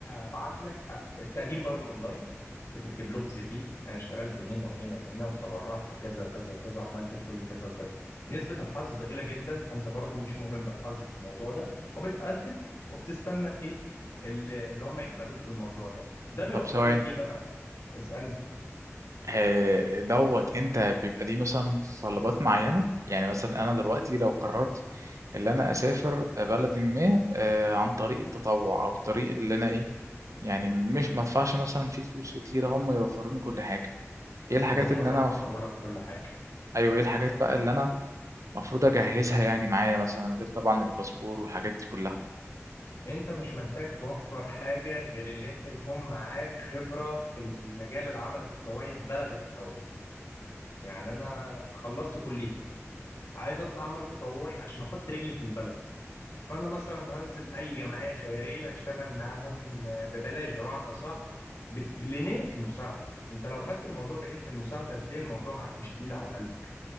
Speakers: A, on the left (about 70°); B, on the right (about 90°).
A: هبعت لك آه، التقديم برضو أونلاين بتكتب لهم سي في انا اشتغلت هنا وهنا وهنا وتبرعت بكذا وكذا وكذا وعملت بكل كذا وكذا نسبة الحظ ضئيلة جدا فانت برضو مش مؤمن بالحظ في الموضوع ده وبتأدب وبتستنى الايه ال- اللي هم يقبلوك في الموضوع ده ده بيوفر
B: طب ثواني
A: لك ايه بقى اسألني
B: آه، دوت انت بيبقى ليه مثلا متطلبات معينة يعني مثلا انا دلوقتي لو قررت ان انا اسافر بلد ما آه، عن طريق التطوع او طريق اللي انا ايه يعني مش مدفعش مثلا فيه فلوس كتيرة هم يوفروني كل حاجة ايه الحاجات
A: ما هم
B: اللي
A: هيوفروا
B: انا مف...
A: لك كل حاجة
B: ايوه ايه الحاجات بقى اللي انا المفروض اجهزها يعني معايا مثلا غير طبعا الباسبور والحاجات دي كلها
A: انت مش محتاج توفر حاجة غير اللي انت يكون معاك خبرة في المجال العمل التطوعي في بلدك الاول يعني انا خلصت كليتي عايز اطلع عمل تطوعي عشان احط رجلي في البلد فانا مثلا هنزل اي جمعيه خيريه اشتغل معاهم آه، ببلاش بمعنى صح بنيه المساعده انت لو خدت الموضوع بنيه المساعده هتلاقي الموضوع معاك مش تقيل على قلبك